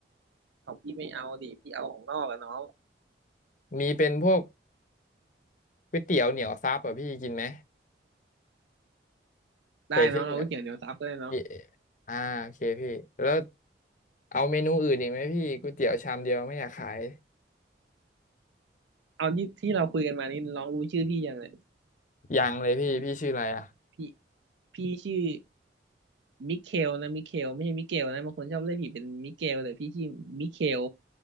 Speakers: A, on the right; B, on the left.
A: ของพี่ไม่เอาดิพี่เอาของนอกอะน้อง
B: มีเป็นพวกก๋วยเตี๋ยวเหนียวซับอ่ะพี่กินไหม
A: ได้น้องเอาก๋วยเตี๋ยวเหนียวซับก็ได้น้อง
B: ใส่เส้นเนี่ยพี่อ่าโอเคพี่แล้วเอาเมนูอื่นอีกไหมพี่ก๋วยเตี๋ยวชามเดียวไม่อยากขาย
A: เอาที่ที่เราคุยกันมานี่น้องรู้ชื่อพี่ยังเนี่ย
B: ยังเลยพี่พี่ชื่ออะไรอ่ะ
A: พี่พี่ชื่อ มิเคลนะมิเคลไม่ใช่มิเกลนะบางคนชอบเรียกผิดเป็นมิเกลแต่พี่ชื่อมิเคล